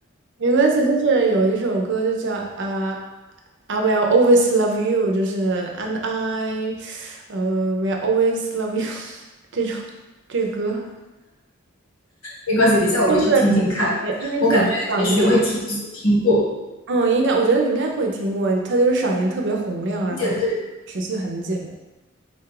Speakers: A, on the right; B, on the left.
A: 没关系，就是有一首歌就叫呃，I will always love you，就是 And I，呃，will always love you <laughs> 这种这个歌，
B: 没关系，等一下我会去听听看。
A: 因为他的呃，因为它的嗓音，
B: 我感觉也许我会听听过，
A: 嗯，应该我觉得你应该会听过，他就是嗓音特别洪亮，
B: 听见对，
A: 然后持续很久，